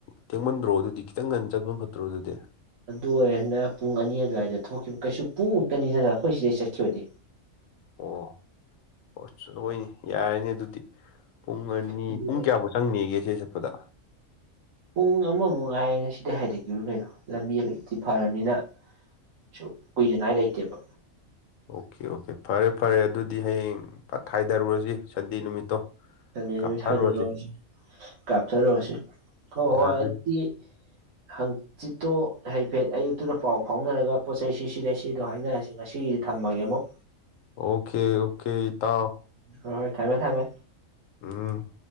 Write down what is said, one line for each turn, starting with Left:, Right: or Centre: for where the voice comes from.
Left: ꯇꯦꯡꯃꯟꯗ꯭ꯔꯣ ꯑꯗꯨꯗꯤ ꯈꯤꯇꯪ ꯉꯟꯅ ꯆꯠꯄ ꯐꯠꯇ꯭ꯔꯣ ꯑꯗꯨꯗꯤ
Right: ꯑꯗꯨ ꯑꯣꯏꯔꯅ ꯄꯨꯡ ꯑꯅꯤ ꯑꯗꯨꯋꯥꯏꯗ ꯊꯣꯛꯈꯤꯕ ꯀꯩꯁꯨ ꯄꯨꯡꯃꯨꯛꯇꯅꯤꯗꯅ ꯑꯩꯈꯣꯏ ꯁꯤꯗꯩ ꯆꯠꯈꯤꯕꯅꯤ
Left: ꯑꯣ ꯑꯣꯣꯏꯅꯤ ꯌꯥꯔꯅꯤ ꯑꯗꯨ ꯄꯨꯡ ꯑꯅꯤ
Right: ꯑꯗꯨꯒ
Left: ꯄꯨꯡ ꯀꯌꯥꯃꯨꯛ ꯆꯪꯅꯤꯒꯦ ꯏꯆꯦ ꯆꯠꯄꯗ
Right: ꯎꯨꯡ ꯑꯃ ꯃꯨꯡ ꯀꯤꯗ ꯍꯥꯏꯗꯈꯤꯕ ꯑꯣꯏ ꯀꯩꯅꯣ ꯂꯝꯕꯤ ꯑꯃꯛꯇꯤ ꯐꯔꯕꯅꯤꯅ ꯀꯩꯁꯨ ꯀꯨꯏꯗꯉꯥꯏ ꯂꯩꯇꯦꯕ
Left: ꯑꯣꯀꯦ ꯑꯣꯀꯦ ꯐꯔꯦ ꯐꯔꯦ ꯑꯗꯨꯗꯤ ꯍꯌꯦꯡ ꯄꯠ ꯍꯥꯏꯊꯔꯨꯔꯁꯤ ꯁꯟꯗꯦ ꯅꯨꯃꯤꯠꯇꯣ
Right: ꯁꯟꯗꯦ ꯅꯨꯃꯤꯠ
Left: ꯀꯥꯞꯊꯔꯨꯔꯁꯤ
Right: ꯁꯗꯔꯛꯁꯤ ꯀꯥꯞꯊꯔꯛꯨꯔꯁꯤ ꯍꯣꯏ
Left: ꯌꯥꯗꯦ
Right: ꯍꯣꯏ ꯑꯗꯨꯗꯤ ꯍꯪꯆꯤꯠꯇꯣ ꯍꯥꯏꯩꯐꯦꯠ ꯑꯌꯨꯛꯇꯨꯗ ꯄꯥꯎ ꯐꯥꯎꯅꯔꯒ ꯄꯣꯠ ꯆꯩꯁꯤ ꯁꯤ ꯂꯩ ꯁꯤꯗꯣ ꯍꯥꯏꯅꯔꯁꯤ ꯉꯁꯤꯒꯤꯗꯤ ꯊꯝꯃꯒꯦ ꯑꯃꯨꯛ
Left: ꯑꯣꯀꯦ ꯑꯣꯀꯦ ꯏ ꯇꯥꯎ
Right: ꯔ ꯍꯣꯏ ꯊꯃꯦ ꯊꯝꯃꯦ
Left: ꯎꯝ